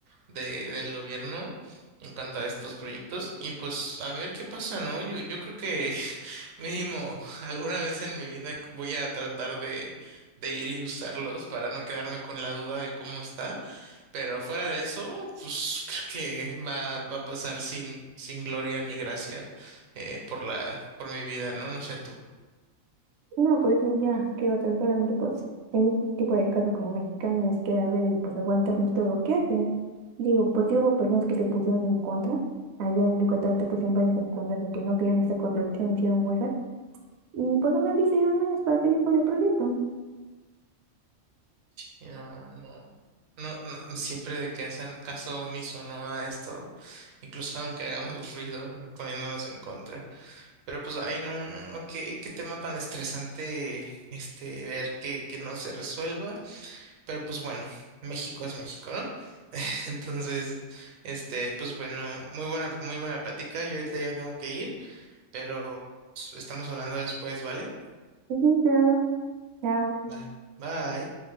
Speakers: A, on the right; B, on the right.
A: de, del gobierno en cuanto a estos proyectos. Y pues a ver qué pasa, ¿no? Yo, yo creo que <laughs> mínimo alguna vez en mi vida voy a tratar de, de ir y usarlos para no quedarme con la duda de cómo está. Pero fuera de eso, pues creo que va, va a pasar sin, sin gloria ni gracia eh, por la, por mi vida, ¿no? No sé tú.
B: No, pues sí, ya, qué otra, solamente pues, en un tipo de caso como mexicanos que a ver y pues aguantarnos todo lo que hacen. Digo, pues sí hubo personas que se pusieron en contra, allá en Yucatán se pusieron varias en contra de que no querían esta construcción, hicieron huelgas, y pues aún así se dieron menos para seguir con el proyecto.
A: Y No, no, no, no, siempre de que hacen caso omiso, ¿no? A esto, incluso aunque hagamos ruido <laughs> poniéndonos en contra. Pero pues, ay, no, no, no, qué, qué tema tan estresante, este, ver que, que no se resuelva. Pero pues bueno, México es México, ¿no? <laughs> Entonces, este, pues bueno, muy buena, muy buena plática. Yo ahorita ya tengo que ir, pero pues, estamos hablando después, ¿vale?
B: Sí, claro, chao.
A: Va. Bye.